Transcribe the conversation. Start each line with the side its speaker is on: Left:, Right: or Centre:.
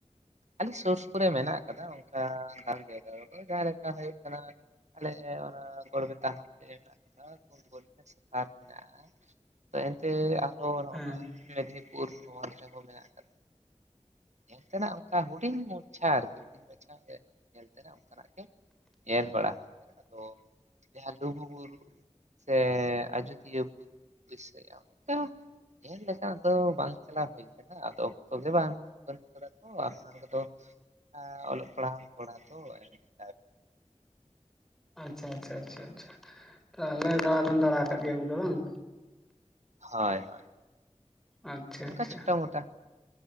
Right: ᱟᱞᱮ ᱥᱩᱨ ᱥᱩᱯᱩᱨ ᱨᱮ ᱢᱮᱱᱟᱜ ᱟᱠᱟᱫᱟ ᱚᱱᱠᱟ ᱜᱟᱱ ᱡᱟᱭᱜᱟ ᱨᱮᱫᱚ ᱾ ᱡᱟᱦᱟᱸ ᱞᱮᱠᱟ ᱦᱩᱭᱩᱜ ᱠᱟᱱᱟ ᱟᱞᱮ ᱚᱱᱟ ᱜᱚᱲᱵᱮᱛᱟ ᱦᱟᱱᱛᱮ ᱢᱮᱱᱟᱜ ᱟᱠᱟᱫᱟ <unintelligible> ᱥᱮ ᱯᱟᱨᱠ ᱢᱮᱱᱟᱜ-ᱟ ᱾ ᱮᱱᱛᱮ ᱟᱨᱚ ᱱᱚᱜ-ᱱᱟ
Centre: ᱦᱮᱸ
Right: ᱢᱮᱫᱽᱱᱤᱯᱩᱨ ᱱᱚᱣᱟ ᱫᱷᱟᱨᱮ ᱦᱚᱸ ᱢᱮᱱᱟᱜ ᱠᱟᱫᱟ <inaudible> ᱧᱮᱞ ᱛᱮᱱᱟᱜ ᱚᱱ ᱠᱟ ᱦᱩᱰᱤᱧ ᱢᱟᱪᱪᱷᱟ ᱟᱨᱠᱤ ᱦᱩᱰᱤᱧ ᱢᱟᱪᱪᱷᱟ <inaudible> ᱧᱮᱞ ᱛᱮᱱᱟᱜ ᱚᱱᱠᱟᱱᱟᱜ ᱜᱮ ᱧᱮᱞ ᱵᱟᱲᱟ ᱦᱩᱭ ᱟᱠᱟᱱᱟ ᱾ ᱟᱫᱚ ᱡᱟᱦᱟᱸ ᱞᱩᱜᱩᱵᱩᱨᱩ ᱥᱮ ᱟᱡᱚᱫᱤᱭᱟᱹ ᱵᱩᱨᱩ ᱵᱤᱨ <inaudible> ᱥᱮ <unintelligible> ᱧᱮᱞ ᱞᱮᱠᱟᱱᱟᱜ ᱫᱚ ᱵᱟᱝ ᱪᱟᱞᱟᱣ ᱦᱩᱭ ᱠᱟᱱᱟ ᱟᱫᱚ ᱚᱠᱛᱚ ᱜᱮ ᱵᱟᱝ ᱵᱟᱹᱱᱩᱜ ᱠᱟᱫᱟ ᱛᱚ ᱟᱯᱱᱟᱨ ᱠᱚᱫᱚ ᱟᱻ ᱚᱞᱚᱜ ᱯᱟᱲᱦᱟᱣ ᱠᱚᱲᱟ ᱛᱚ <unintelligible>
Centre: ᱟᱪᱪᱷᱟ ᱟᱪᱪᱷᱟ ᱟᱪᱪᱷᱟ ᱟᱪᱪᱷᱟ ᱛᱟᱦᱚᱞᱮ ᱫᱟᱬᱟ ᱫᱚᱢ ᱫᱟᱲᱟ ᱠᱟᱫ ᱜᱮᱭ ᱜᱚᱝᱠᱮ ᱵᱟᱝ?
Right: ᱦᱳᱭ ᱦᱳᱭ᱾
Centre: ᱟᱪᱪᱷᱟ
Right: ᱚᱱᱠᱟ
Centre: ᱟᱪᱪᱷᱟ᱾
Right: ᱪᱷᱳᱴᱟ ᱢᱳᱴᱟ